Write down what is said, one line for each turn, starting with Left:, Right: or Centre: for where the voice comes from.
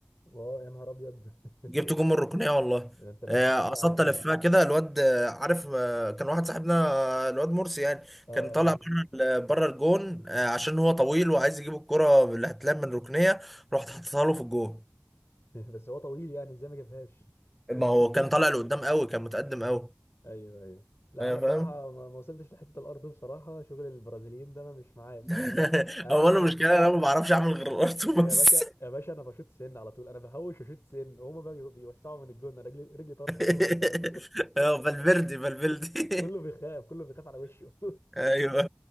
Left: اه يا نهار ابيض <laughs>
Centre: جبت جون من الركنيه والله
Left: ده انت لعيب
Centre: آه،
Left: كبير بقى
Centre: قصدت
Left: على كده
Centre: الفها كده الواد آه، عارف آه، كان واحد صاحبنا آه، الواد مرسي يعني
Left: <laughs> اه آه.
Centre: كان طالع بره بره الجون آه، عشان هو طويل وعايز يجيب الكره اللي هتلعب من الركنيه رحت حطيتها له في الجون
Left: بس هو طويل يعني ازاي ما جابهاش
Centre: ما هو كان
Left: <laughs>
Centre: طالع لقدام قوي كان متقدم قوي
Left: ايوه ايوه لا
Centre: ايوه
Left: انا بصراحه
Centre: فاهم
Left: ما ما وصلتش لحته الارض دي بصراحه شغل البرازيليين ده انا مش معايا بصراحه
Centre: <laughs>
Left: انا يا
Centre: هو
Left: باشا
Centre: انا
Left: انا
Centre: المشكله إن انا ما بعرفش اعمل غير الارتو
Left: يا
Centre: بس
Left: باشا يا باشا انا بشوط سن على طول انا بهوش وشوط سن هما بقى بيوسعوا من الجون أنا رجلي رجلي طرشه
Centre: <laughs>
Left: كله بيخاف
Centre: آه، فالفيردي فالفيردي
Left: <laughs> كله بيخاف كله بيخاف على وشه <laughs>
Centre: <laughs> ايوه